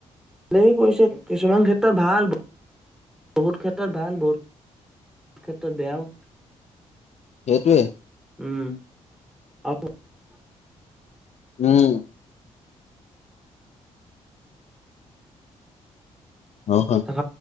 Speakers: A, in the centre; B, on the left (about 55°).
A: ভালেই কৰিছে কিছুমান ক্ষেত্ৰত ভাল। বহুত ক্ষেত্ৰত ভাল বহুত বহুত ক্ষেত্ৰত বেয়াও।
B: সেইটোৱে।
A: উম <unintelligible>
B: উম। অ হয়।
A: আৰু